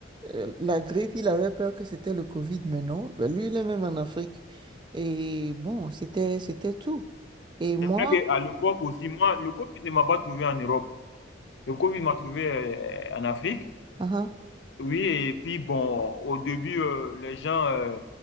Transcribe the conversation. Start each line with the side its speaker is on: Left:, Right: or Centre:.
Right: euh, la grippe, il avait peur que c'était le Covid, mais non. Ben, lui, il est même en Afrique. Et bon, c'était, c'était tout. Et moi,
Left: c'est vrai qu'à l'époque aussi, moi, le Covid ne m'a pas trouvé en Europe. Le Covid m'a trouvé euh, en Afrique.
Right: ah ah,
Left: Oui, et puis bon, au début, euh, les gens, euh,